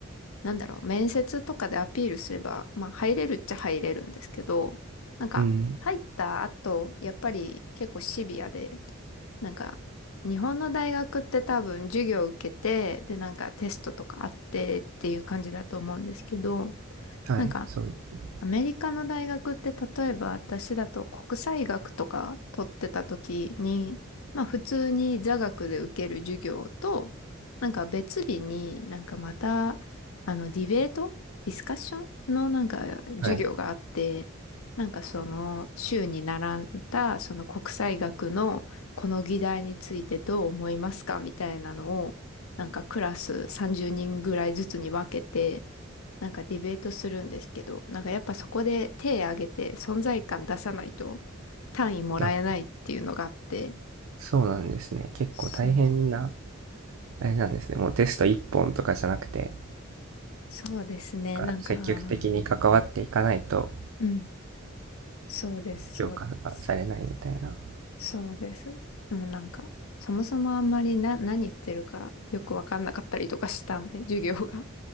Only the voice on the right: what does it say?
うん
はい、
そうですね。
はい。
あ、そうなんですね。結構大変な、
あれなんですね。もうテスト1本とかじゃなくて、
が積極的に関わっていかないと
評価がされないみたいな。